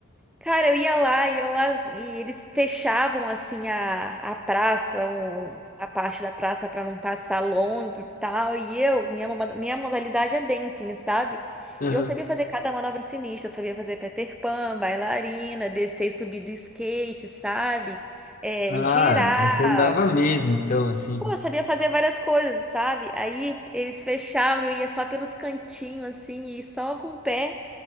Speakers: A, in the centre; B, on the left (about 40°).
A: Cara, eu ia lá e, eu, lá- e eles fechavam assim a, a praça, um- a parte da praça para não passar long e tal. E eu, minha, moda- minha modalidade é dancing, sabe?
B: aham.
A: E eu sabia fazer cada manobra sinistra, eu sabia fazer Peter Pan, bailarina, descer e subir do skate, sabe? É,
B: Ah,
A: girar.
B: você andava mesmo, então, assim.
A: Pô, eu sabia fazer várias coisas, sabe? Aí eles fechavam, eu ia só pelos cantinhos, assim, e só com o pé